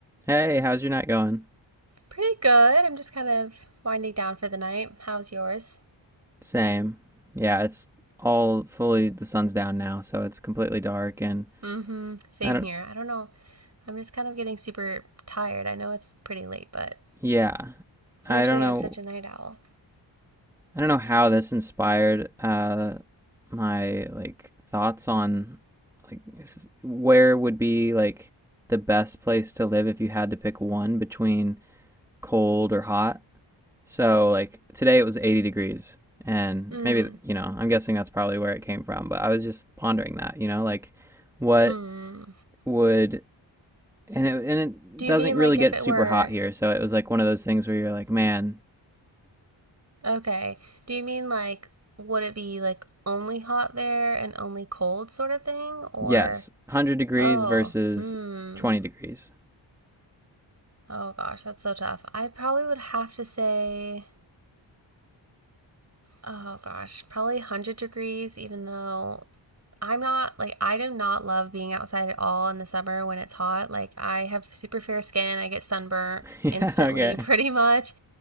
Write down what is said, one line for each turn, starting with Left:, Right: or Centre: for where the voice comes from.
Centre: Hey, how's your night going?
Right: Pretty good. I'm just kind of winding down for the night. How's yours?
Centre: Same. Yeah, it's all fully the sun's down now, so it's completely dark and
Right: Mm-hmm. Same
Centre: I don't
Right: here. I don't know. I'm just kind of getting super tired. I know it's pretty late, but
Centre: yeah.
Right: usually
Centre: I don't know
Right: I'm such a night owl.
Centre: I don't know how this inspired uh my like thoughts on like s- where would be like the best place to live if you had to pick one between cold or hot. So like today it was 80 degrees and
Right: Mm.
Centre: maybe you know, I'm guessing that's probably where it came from, but I was just pondering that, you know, like what
Right: Hmm.
Centre: would and it and it
Right: Do you
Centre: doesn't
Right: mean
Centre: really
Right: like
Centre: get
Right: if it
Centre: super
Right: were
Centre: hot here, so it was like one of those things where you're like, man,
Right: okay? Do you mean like would it be like only hot there and only cold sort of thing
Centre: <laughs>
Right: or
Centre: yes, 100 degrees
Right: oh,
Centre: versus
Right: hmm.
Centre: 20 degrees.
Right: Oh gosh, that's so tough. I probably would have to say oh gosh, probably 100 degrees even though I'm not like I do not love being outside at all in the summer when it's hot. Like I have super fair skin. I get sunburnt
Centre: <laughs> yeah,
Right: instantly
Centre: okay.
Right: <laughs> pretty much.